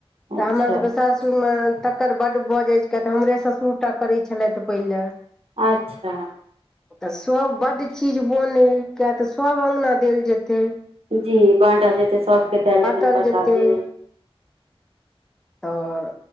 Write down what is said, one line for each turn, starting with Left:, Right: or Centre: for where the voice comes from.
Centre: तऽ
Right: अच्छा
Centre: हमरा सब के सासुरमे तकर बड्ड भऽ जाइत छल तऽ हमरे ससुर टा करै छलथि पहिले।
Right: अच्छा
Centre: ओ तऽ सब ब्ड चीज बने किया तऽ स अंगना देल जेतै
Right: जी बाँटल जेतै सभके देल
Centre: बाँटल
Right: जेतन प्रसादि
Centre: जेतै तऽ